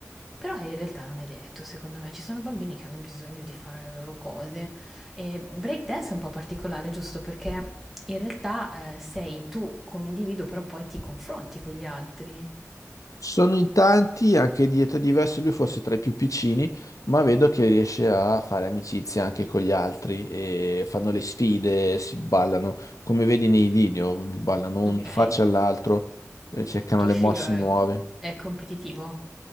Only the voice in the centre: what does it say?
Però eh, in realtà non è detto, secondo me, ci sono bambini che hanno bisogno di fare le loro cose. E breakdance è un po' particolare, giusto? Perché in realtà eh, sei tu come individuo, però poi ti confronti con gli altri.
Ok.
Tuo
figlio
è,
è competitivo?